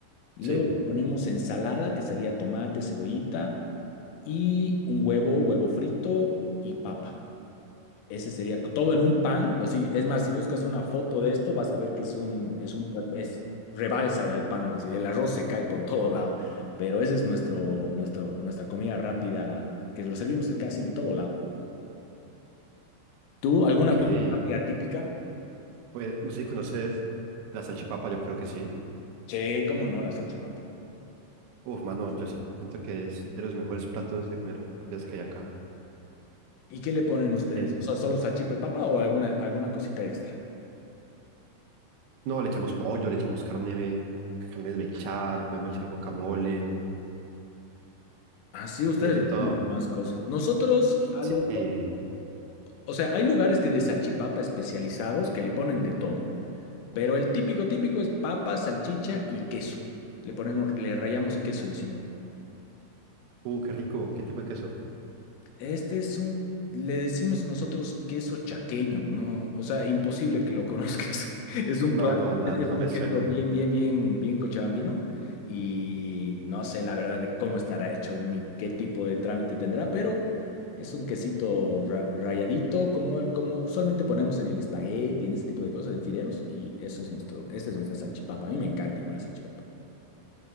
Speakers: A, on the left; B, on the right.
A: Luego
B: Sí,
A: le ponemos ensalada, que sería tomate, cebollita y un huevo, huevo frito y papa. Ese sería todo en un pan. Así, es más, si buscas una foto de esto, vas a ver que es un, es un, es rebalsa del pan, así, el arroz se cae por todo lado. Pero ese es nuestro, nuestro, nuestra comida rápida, que lo servimos de casi en todo lado. ¿Tú, alguna
B: ok.
A: comida rápida típica?
B: Pues no sé si conoces la salchipapa, yo creo que sí.
A: Sí, cómo no, la salchipapa.
B: Uf, mano, yo siento que es de los mejores platos de comidas rápidas que hay acá.
A: ¿Y qué le ponen ustedes?
B: Eh,
A: O sea, ¿solo salchipa y papa o alguna, alguna cosita extra?
B: no, le echamos pollo, le echamos carne, me- carne desmechada, le podemos echar guacamole,
A: Así ustedes
B: hay de
A: le
B: todo.
A: ponen más cosas. Nosotros, a
B: Sí.
A: lo, o, o sea, hay lugares que de salchipapa especializados que le ponen de todo. Pero el típico, típico es papa, salchicha y queso. Le ponemos, le rayamos queso encima.
B: Uh, qué rico, qué tipo de queso.
A: Este es un, le decimos nosotros queso chaqueño, ¿no? O sea, imposible que lo conozcas. <laughs> Es un
B: No,
A: plato,
B: no, la-
A: es, es
B: no
A: un
B: me
A: queso
B: suena.
A: bien, bien, bien, bien cochabambino. Y no sé la verdad de cómo estará hecho ni qué tipo de trámite tendrá, pero es un quesito ra- rayadito, como, el, como usualmente ponemos en el espagueti, en ese tipo de cosas, en fideos. Y eso es nuestro, esta es nuestra salchipapa. A mí me encanta igual la salchipapa.